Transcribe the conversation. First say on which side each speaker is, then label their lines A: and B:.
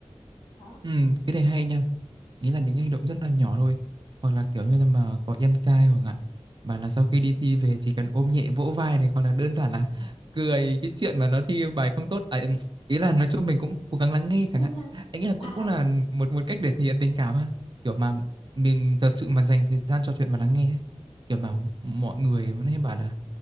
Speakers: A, on the left (about 60°); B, on the right (about 45°).
A: đó
B: Ừ, cái này hay nha ý là những cái hành động rất là nhỏ thôi hoặc là kiểu như là mà có em trai hoặc là bảo là sau khi đi thi về chỉ cần ôm nhẹ vỗ vai này hoặc là đơn giản là cười cái chuyện mà nó thi bài không tốt à, ừ, ý là nói chung mình cũng cố gắng lắng nghe chẳng
A: <laughs>
B: hạn anh nghĩ là cũng
A: à
B: cũng là một một cách để thể hiện tình cảm ha kiểu mà mình thật sự mà dành thời gian trò chuyện và lắng nghe ấy. kiểu mà mọi người vẫn hay bảo là